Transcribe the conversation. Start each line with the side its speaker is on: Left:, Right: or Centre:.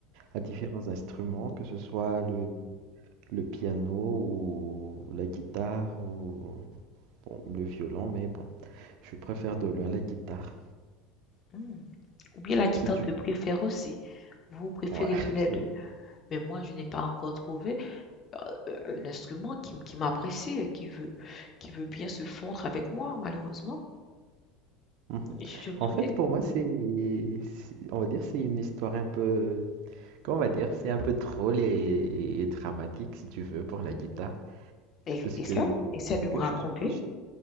Right: à différents instruments, que ce soit le, le piano ou la guitare ou bon, le violon, mais bon, je préfère de loin la guitare.
Left: hmm. Ou bien la guitare
Right: Si tu...
Left: te préfère aussi. Vous préférez
Right: Ouais,
Left: tous les
Right: <laughs> si-
Left: deux. Mais moi, je n'ai pas encore trouvé euh, un instrument qui, m- qui m'apprécie et qui veut, qui veut bien se fondre avec moi, malheureusement.
Right: Mhm.
Left: Je me
Right: En
Left: souviens.
Right: fait, pour moi, c'est, c'est- on va dire, c'est une histoire un peu, comment on va dire, c'est un peu drôle et, et dramatique, si tu veux, pour la guitare,
Left: Et,
Right: parce
Left: et
Right: que,
Left: ça? Essaie
Right: parce
Left: de me
Right: que
Left: raconter.
Right: je suis gaucher.